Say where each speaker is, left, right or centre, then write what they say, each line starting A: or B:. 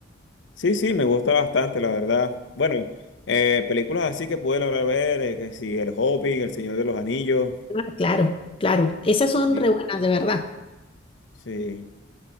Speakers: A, on the left; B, on the left.
A: Sí, sí, me gusta bastante, la verdad. Bueno, eh, películas así que pude lograr ver, eh, que si El Hobbit, El Señor de los Anillos.
B: Ah, claro, claro. Esas son
A: Sí,
B: re buenas, de verdad.
A: sí.